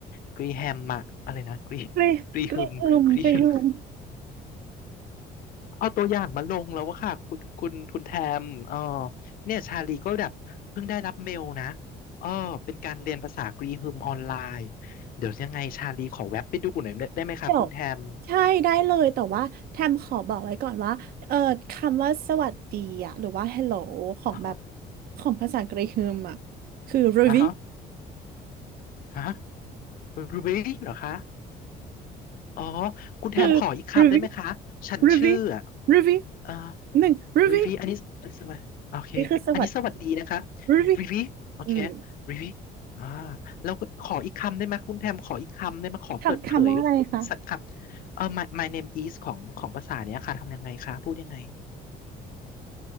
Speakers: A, on the left; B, on the right.
A: กรีแฮมอะอะไรนะกรี
B: กรีกรีฮึมกรีฮึม
A: กรีฮึมกรีฮึม เอาตัวอย่างมาลงแล้วว่าค่ะคุณคุณคุณแทมเออเนี่ยชาลีก็แบบเพิ่งได้รับเมลนะเออเป็นการเรียนภาษากรีฮึมออนไลน์เดี๋ยวยังไงชาลีขอแวบไปดูหน่อยได้ไหมคะคุณแทม
B: เดี๋ยวใช่ได้เลยแต่ว่าแทมขอบอกไว้ก่อนว่าเออคำว่าสวัสดีอะหรือว่า hello ของแบบ
A: อ๋ะ
B: ของภาษากรีกมอะคือ ruby
A: อ๋อฮะฮะรูบี้ไหเหรอคะอ๋อคุณแทมขออีกคำได้ไหมคะฉันชื่ออะ
B: คือ ruby ruby ruby
A: เออ
B: หนึ่ง ruby
A: รีวีอันนี้สวัสดีโอเคอันนี้สวัสดีนะคะ
B: นี่คือสวัสดี ruby
A: รีวีโอเค
B: อืม
A: รีวีอ่าแล้วก็ขออีกคำได้ไหมคุณแทมขออีกคำได้ไหมขอเปิดเผย
B: คำคำว่าอะไรคะ
A: สักคำเออ my my name is ของของภาษาเนี้ยค่ะ ทำยังไงคะพูดยังไง